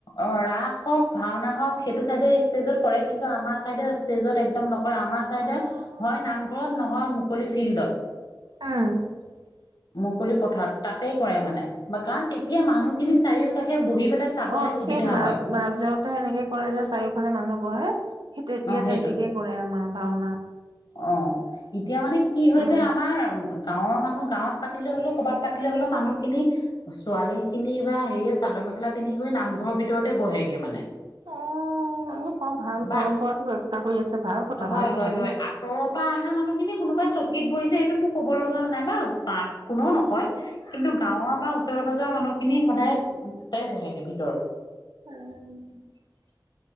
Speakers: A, on the left (about 70°); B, on the right (about 80°).
A: অ ৰাখ <unintelligible> হক ভাওনা হওক সেইটো চাইডে ষ্টেজত কৰে কিন্তু আমাৰ চাইডে ষ্টেজত একদম ন আমাৰ
B: উম
A: চাইডে হয় নামঘৰত নহয় মুকলি ফিল্ডত।
B: হ <unintelligible>
A: মুকলি পথাৰত তাতেই কৰে মানে বা কাৰণ তেতিয়া মানুহখিনি চাৰিওকাষে বহি পেলাই চাবলৈ
B: অ
A: সুবিধা
B: সেই মাজ
A: হয়
B: মাজতে এনেকে কৰে যে চাৰিওফালে মানুহ বহে সেই তেতিয়া
A: অ', সেইটো
B: তেনেকেই কৰে আমাৰ ভাওনা।
A: অ এতিয়া মানে কি হয়
B: অ
A: যে আমাৰ উ গাঁৱৰ মানুহ গাঁৱত পাতিলে হ'লেও ক'ৰবাত পাতিলে হ'লেও মানুহখিনি ছোৱালীখিনি বা হেৰিয় চাদন মেখেলা পিন্ধি গৈ নামঘৰভিতৰতে বহেগে মানে। <unintelligible>
B: অ আহি বৰ ভাল
A: বা
B: পৰম্পৰাতো ৰক্ষা কৰি আছে। ভাল কথা
A: হয়
B: ভাল কথা
A: হয়
B: দেই
A: হয় আতৰ পৰা অহা মানুহখিনি কোনোবাই চকীত বহিছে সেইটো মোক ক'ব ল নাই বা বা কোননেও নকয় কিন্তু গাঁৱৰ বা ওচৰৰ যোৱা মানুহখিনি সদায় তাতে বহেগে ভিতৰত।
B: উম